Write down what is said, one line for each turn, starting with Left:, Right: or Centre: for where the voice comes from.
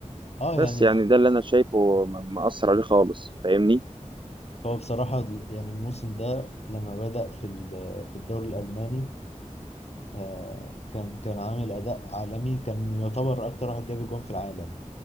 Left: اه
Right: بس
Left: يعني
Right: يعني ده اللي انا شايفه م- مأثر عليه خالص فاهمني
Left: هو بصراحة يعني الموسم ده لما بدأ في ال- في الدوري الألماني آه، كان كان عامل أداء عالمي كان يعتبر أكتر واحد جاب جون في العالم